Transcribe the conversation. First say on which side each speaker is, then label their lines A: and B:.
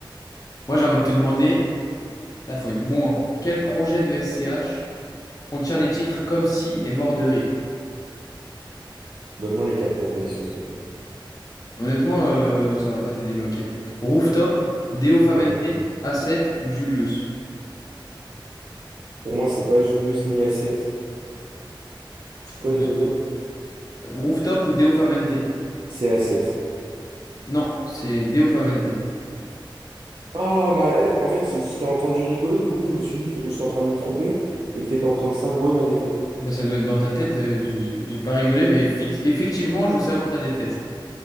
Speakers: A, on the left (about 45°); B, on the right (about 55°).
A: Moi, j'ai envie de te demander, là, faut être bon, hein. Quel projet de SCH contient les titres Comme si et Mort de rire?
B: Donne-moi les quatre propositions s'il te plaît.
A: Honnêtement, euh, ça va pas t'aider, mais ok. Rooftop, Deo Favente,
B: Ouais.
A: A7 ou Julius?
B: Pour moi, c'est pas Julius ni A7. C'est quoi
A: Donc,
B: les deux
A: c'est-
B: autres?
A: Rooftop ou Deo Favente?
B: C'est A7.
A: Non, c'est Deo Favente.
B: Ah, ma... en fait, je je t'ai entendu rigoler, du coup, je me suis dit que j'étais en train de me tromper et que tu étais en train de savourer ma défaite.
A: Bah, ça doit être dans ta tête, euh, j'ai j'ai- j'ai pas rigolé, mais fic- effectivement, je veux savoir ta défaite.